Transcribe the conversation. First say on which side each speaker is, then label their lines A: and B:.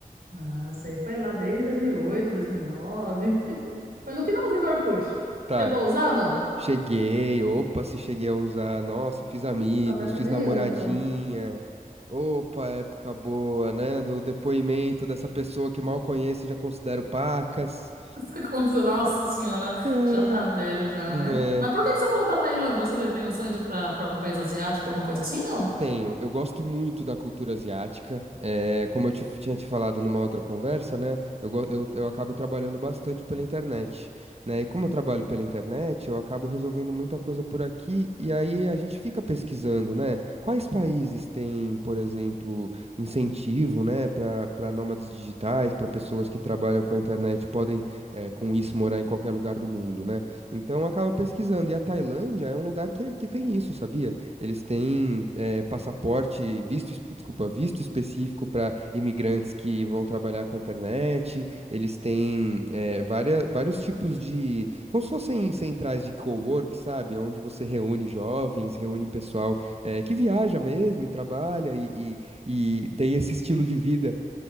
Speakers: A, on the right; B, on the right.
A: Nossa, aí foi lá desde 2008, 2009, <laughs> foi no finalzinho do Orkut.
B: Tá.
A: Chegou a usar, não?
B: Cheguei, opa, se cheguei a usar, nossa, fiz amigos,
A: Ih, Você tá velho que
B: fiz
A: nem
B: namoradinha.
A: eu, então.
B: Opa, época boa, né? Do depoimento dessa pessoa que mal conheço e já considero pacas.
A: <laughs> Tá acontecendo, Nossa senhora,
B: Caraca.
A: já tá velho já,
B: né.
A: né? Mas por que que você falou da Tailândia? Você tem um sonho de ir pra, pra algum país asiático, alguma coisa assim, não?
B: Tenho, eu gosto muito da cultura asiática. É, como eu te- tinha te falado numa outra conversa, né? Eu, go- eu, eu acabo trabalhando bastante pela internet, né? E como eu trabalho pela internet, eu acabo resolvendo muita coisa por aqui. E aí a gente fica pesquisando, né? Quais países têm, por exemplo, incentivo, né? Para para nômades digitais, para pessoas que trabalham com a internet, podem, eh, com isso, morar em qualquer lugar do mundo, né? Então eu acabo pesquisando. E a Tailândia é um lugar que, que tem isso, sabia? Eles têm é passaporte, visto, es- desculpa, visto específico para imigrantes que vão trabalhar com a internet. Eles têm eh, vária- vários tipos de, como se fossem centrais de cowork, sabe? Onde você reúne jovens, reúne pessoal eh, que viaja mesmo e trabalha e, e, e tem esse estilo de vida